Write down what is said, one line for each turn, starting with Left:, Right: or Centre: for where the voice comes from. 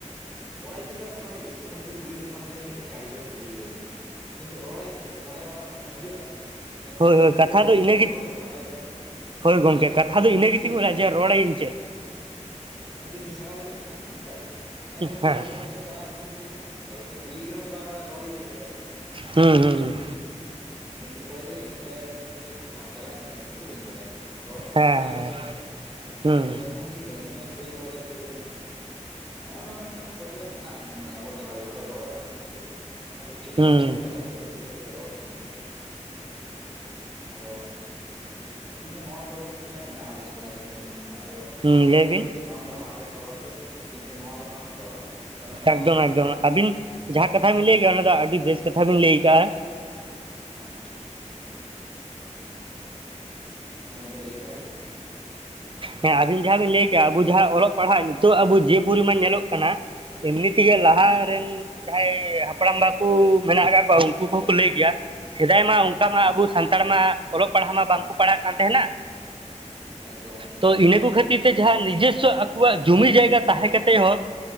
Centre: ᱠᱚᱲᱟ ᱜᱤᱫᱽᱨᱟᱹ ᱥᱟᱞᱟᱜ ᱱᱚᱝᱠᱟ ᱦᱩᱭᱩᱜᱼᱟ ᱥᱮ ᱡᱚᱠᱷᱚᱱ ᱢᱤᱫᱴ ᱠᱩᱲᱤ ᱜᱤᱫᱽᱨᱟᱹ ᱥᱟᱢᱱᱮ ᱧᱮᱞᱮ ᱮᱭᱟ ᱟᱹᱰᱤ ᱪᱮᱚᱨᱠ ᱠᱩᱲᱤ ᱜᱤᱫᱽᱨᱟᱹ ᱠᱟᱱᱟᱭ ᱠᱤᱱᱛᱩ ᱨᱚᱲ ᱟᱹᱤᱧ ᱪᱮᱫ, ᱢᱚᱱᱮᱨᱮ ᱚᱱᱟ ᱤᱭᱟᱹᱟ ᱥᱮ ᱚᱱᱟ
Right: ᱦᱳᱭ
Centre: ᱦᱮ
Right: ᱦᱳᱭ
Centre: ᱩᱱᱤ
Right: ᱠᱟᱛᱷᱟ
Centre: ᱠᱩᱲᱤ ᱜᱤᱫᱽᱨᱟᱹ
Right: ᱫᱚ ᱤᱱᱟᱹᱜᱮ
Centre: ᱥᱟᱞᱟᱜ ᱨᱚᱲ ᱞᱮᱠᱷᱟᱱ ᱱᱟᱯᱟᱭ ᱠᱚᱜᱼᱟ᱾
Right: ᱦᱳᱭ ᱜᱚᱢᱠᱮ ᱠᱟᱛᱷᱟ ᱫᱚ ᱤᱱᱟᱹ
Centre: ᱠᱤᱱᱛᱩ
Right: ᱜᱮ
Centre: ᱪᱮᱫ
Right: ᱛᱤᱜᱩᱱᱟ
Centre: ᱤᱧ ᱞᱟᱹᱭᱟ
Right: ᱡᱮ ᱨᱚᱲ ᱟᱹᱤᱧ
Centre: ᱦᱮᱸᱥᱮ
Right: ᱪᱮᱫ?
Centre: ᱠᱤᱱᱛᱩ ᱤᱧ ᱥᱮᱬᱟ ᱜᱮ ᱵᱟᱹᱧ ᱥᱮᱬᱟᱠᱟᱸᱜᱼᱟ ᱚᱱᱠᱟ ᱜᱮ, ᱮᱱᱦᱚᱸ ᱡᱩᱫᱤ
Right: ᱦᱮᱸ
Centre: ᱠᱚᱥᱴᱚ ᱢᱚᱥᱴᱚᱧ ᱪᱟᱞᱟᱣᱱᱟ ᱩᱱᱤ ᱠᱩᱲᱤ ᱴᱷᱮᱱ ᱟᱫᱚ ᱩᱱᱤ ᱠᱩᱲᱤ ᱜᱤᱫᱽᱨᱟᱹ ᱦᱚᱸ ᱛᱚ ᱵᱟᱭ ᱵᱟᱲᱟᱭᱟ ᱨᱚᱲ ᱦᱩᱭᱩᱜᱼᱟ ᱪᱮᱫ ᱞᱮᱠᱟᱛᱮ?
Right: ᱦᱩᱸ ᱦᱩᱸ
Centre: ᱡᱮ ᱱᱩᱭ ᱠᱚᱲᱟ ᱜᱤᱫᱽᱨᱟᱹ ᱨᱤᱯᱞᱟᱭ ᱩᱱᱤ ᱡᱮ ᱡᱟᱦᱟᱸ ᱱᱟᱜ ᱛᱮᱟᱞᱟᱧ ᱮᱢᱟᱭ ᱤᱧ ᱦᱚᱸᱛᱚ ᱵᱟᱹᱧ ᱵᱟᱲᱟᱭᱟ᱾ ᱨᱚᱲ ᱢᱟ ᱵᱟᱹᱧ
Right: ᱦᱮᱸ
Centre: ᱥᱮᱬᱟ ᱟᱠᱟᱫᱟ ᱴᱷᱤᱠ ᱢᱚᱛᱚ
Right: ᱦᱮᱸ
Centre: ᱟᱫᱚ ᱛᱚᱠᱷᱚᱱ ᱪᱤᱠᱟᱹᱜ ᱠᱟᱱᱟ ᱤᱧᱦᱚ ᱵᱟᱹᱧ ᱨᱚᱲ ᱫᱟ ᱯᱷᱤᱨ ᱠᱟᱹᱱᱤᱧ, ᱱᱚᱜᱼ ᱱᱚᱣᱟ ᱢᱤᱫᱴᱟᱝ ᱯᱨᱚᱵᱞᱮᱢ ᱢᱮᱱᱟᱜᱼᱟ ᱢᱚᱱᱮᱭᱟ ᱟᱵᱚ ᱛᱟᱞᱟᱨᱮ ᱡᱟᱦᱟᱸ ᱫᱚ ᱨᱚᱲ ᱨᱮᱱᱟᱜ ᱯᱨᱚᱵᱞᱮᱢ᱾ ᱟᱵᱚ ᱴᱷᱤᱠ
Right: ᱦᱩᱸ
Centre: ᱞᱮᱠᱟ ᱵᱟᱵᱚᱱ ᱵᱟᱲᱟᱭᱟ ᱚᱠᱚᱭ ᱥᱟᱞᱟᱜ ᱪᱮᱫ ᱞᱮᱠᱟ ᱨᱚᱲ ᱦᱩᱭᱩᱜ ᱛᱟᱵᱚᱱᱟ᱾ ᱟᱫᱚ ᱤᱧ ᱫᱚ ᱱᱚᱣᱟ ᱯᱨᱚᱵᱞᱮᱢ ᱢᱤᱫᱟᱝ ᱢᱮᱱᱟᱜᱼᱟ ᱟᱵᱚ ᱥᱚᱢᱟᱡ ᱨᱮ ᱡᱟᱦᱟᱸᱴᱟᱜ ᱤᱧ ᱢᱚᱱᱮᱭᱟ ᱟᱫᱚ
Right: ᱦᱩᱸ
Centre: ᱚᱞᱚᱜ
Right: ᱞᱟᱹᱭ
Centre: ᱯᱟᱲᱦᱟᱣ
Right: ᱵᱤᱱ
Centre: ᱡᱩᱫᱤ ᱵᱟᱢ ᱞᱟᱦᱟᱜᱼᱟ ᱚᱞᱚᱜ ᱯᱟᱲᱦᱟᱣ ᱛᱮ ᱠᱤᱱᱛᱩ ᱱᱚᱣᱟ ᱫᱚ ᱵᱟᱝ ᱪᱟᱵᱟᱜᱼᱟ᱾ ᱠᱟᱨᱚᱱ ᱱᱚᱣᱟ
Right: ᱮᱠᱫᱚᱢ
Centre: ᱫᱚ
Right: ᱮᱠᱫᱚᱢ ᱟᱹᱵᱤᱱ ᱡᱟᱦᱟᱸ ᱠᱟᱛᱷᱟ ᱵᱤᱱ ᱞᱟᱹᱭ ᱠᱟᱜᱼᱟ ᱚᱱᱟ ᱫᱚ ᱟᱹᱰᱤ ᱵᱮᱥ ᱠᱟᱛᱷᱟ ᱵᱤᱱ ᱞᱟᱹᱭ ᱠᱟᱜᱼᱟ᱾
Centre: ᱦᱮᱸ ᱦᱮᱸ ᱜᱚᱝᱠᱮ ᱞᱟᱹᱭᱢᱮ ᱟᱫᱚ
Right: ᱦᱮᱸ ᱟᱹᱵᱤᱱ ᱡᱟᱦᱟᱸ ᱵᱤᱱ ᱞᱟᱹᱭ ᱠᱟᱜᱼᱟ ᱟᱵᱚ ᱡᱟᱦᱟᱸ ᱚᱞᱚᱜ ᱯᱟᱲᱦᱟᱜ ᱱᱤᱛᱚᱜ ᱟᱵᱚ ᱡᱮ ᱯᱚᱨᱤᱢᱟᱱ ᱧᱮᱞᱚᱜ ᱠᱟᱱᱟ ᱮᱢᱱᱤ ᱮᱢᱱᱤ ᱛᱮᱜᱮ ᱞᱟᱦᱟ
Centre: ᱦᱮᱸ
Right: ᱨᱮᱱ ᱡᱟᱦᱟᱸᱭ ᱦᱟᱯᱲᱟᱢ ᱵᱟᱠᱚ ᱢᱮᱱᱟᱜ ᱟᱠᱟᱫ ᱠᱚᱣᱟ ᱩᱱᱠᱩ ᱠᱚᱦᱚᱸ ᱠᱚ ᱞᱟᱹᱭ ᱜᱮᱭᱟ, ᱥᱮᱫᱟᱭ ᱢᱟ ᱚᱝᱠᱟ ᱢᱟ
Centre: ᱦᱮᱸ
Right: ᱟᱵᱚ ᱥᱟᱱᱛᱟᱲ ᱢᱟ ᱚᱞᱚᱜ ᱯᱟᱲᱦᱟᱣ ᱢᱟ ᱵᱟᱝᱠᱚ ᱯᱟᱲᱦᱟᱜ ᱠᱟᱱ ᱛᱟᱦᱮᱱᱟ᱾
Centre: ᱮᱠᱫᱚᱢ ᱮᱠᱫᱚᱢ
Right: ᱛᱚ ᱤᱱᱟᱹ ᱠᱚ ᱠᱷᱟᱹᱛᱤᱨ ᱛᱮ ᱡᱟᱦᱟᱸ ᱱᱤᱡᱮᱥᱥᱚ ᱟᱠᱚᱣᱟᱜ ᱡᱚᱢᱤ ᱡᱟᱭᱜᱟ ᱛᱟᱦᱮᱸ ᱠᱟᱛᱮ ᱦᱚᱸ